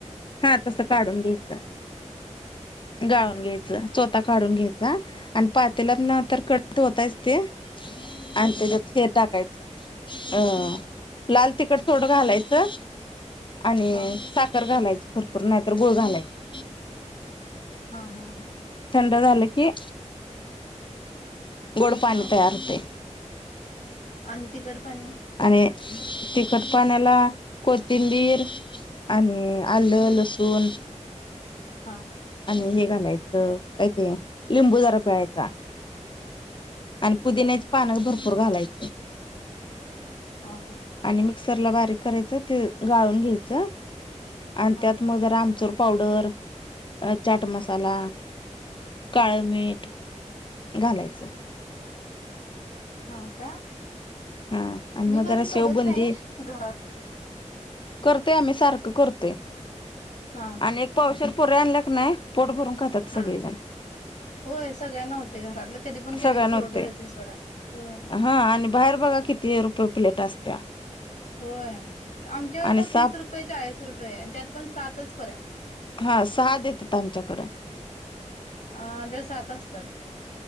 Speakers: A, on the left; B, on the left.
A: हा तस काढून घ्यायचं, गाळून
B: हा हा
A: घ्यायचं. चोता काढून घ्यायचा आणि पातेल्यात ना कडक ओतायचं ते. आणि
B: हम्म.
A: त्याच्यात हे टाकायच. अ लाल तिखट थोडं घालायचं. आणि
B: हा
A: साखर घालायच भरपूर नाहीतर गुळ घालायचा.
B: हा हा हा.
A: घट्ट झालं की गोड पाणी
B: हा
A: तयाार होतय.
B: आणि ते तिखट पाणी
A: आणि तिखट पाण्याला कोथिंबीर आणि आलं, लसुन
B: हा
A: आणि हे घालायचं काय ते लिंबू जरा पिळायचा. आणि पुदिन्याची
B: बर
A: पान भरपूर घालायची.
B: हा हा
A: आणि मिक्सरला बारीक करायचं ते गाळून घ्यायचं. आणि
B: हा
A: त्यात म आमचूर पावडर, चाट मसाला, काळ मीठ घालायचं.
B: हा का.
A: हा आणि
B: मी
A: मग
B: कधी
A: जरा शेवबुंदी
B: करत नाही घरात
A: करते आम्ही सारखं करतोय
B: हा हा
A: आणि एक पावशेर पुऱ्या आणल्या की नाही पोट भरून खातात
B: हा
A: सगळेजण.
B: होय सगळ्यांना होते घरातलं कधी पण केले
A: सगळ्यांना
B: की पुरवठा
A: होतंय
B: येतोय सोडा होय.
A: हा आणि बाहेर बघा किती रुपये प्लेट असत्या?
B: होय आमच्याकड
A: आणि
B: तर
A: साप
B: तीस रुपये चाळीस रुपये आहे. त्यात पण सातच पर्या
A: हा सहा देतात आमच्याकडं.
B: अ आमच्या सात असतात,